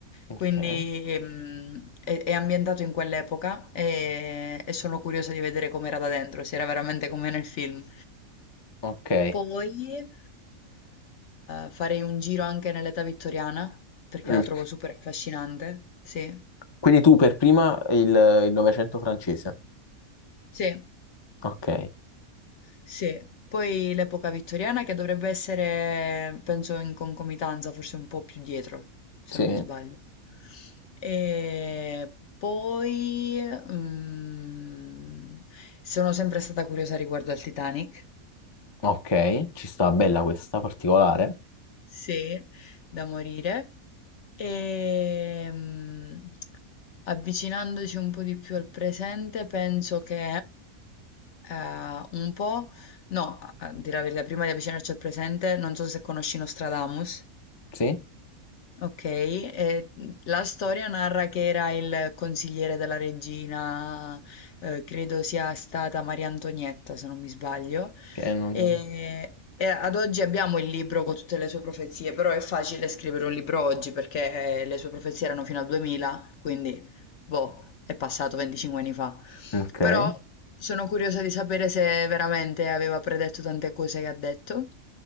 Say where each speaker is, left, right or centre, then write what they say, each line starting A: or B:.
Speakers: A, on the left (about 30°); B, on the left (about 60°).
A: Ok.
B: quindi ehm, è, è ambientato in quell'epoca e, e sono curiosa di vedere com'era da dentro, se era veramente come nel film.
A: Ok.
B: Poi eh, farei un giro anche nell'età vittoriana perché
A: Mm.
B: la trovo super affascinante. Sì,
A: Quindi tu per prima il, il Novecento francese.
B: sì.
A: Ok.
B: Sì, poi l'epoca vittoriana che dovrebbe essere, penso, in concomitanza, forse un po' più dietro, se
A: Sì.
B: non mi sbaglio. E poi mm, sono sempre stata curiosa riguardo al Titanic,
A: Ok, ci sta bella questa particolare.
B: Sì, da morire. E mh, avvicinandoci un po' di più al presente, penso che eh, un po', no, a a dire la verità, prima di avvicinarci al presente, non so se conosci Nostradamus.
A: Sì?
B: Okay, e, mhmm, la storia narra che era il consigliere della regina, uhm, credo sia stata Maria Antonietta, se non mi sbaglio,
A: Che non...
B: ehm, e ad oggi abbiamo il libro con tutte le sue profezie, però è facile scrivere un libro oggi perché eh, le sue profezie erano fino al 2000, quindi boh, è passato 25 anni fa.
A: Ok.
B: Però sono curiosa di sapere se veramente aveva predetto tante cose che ha detto.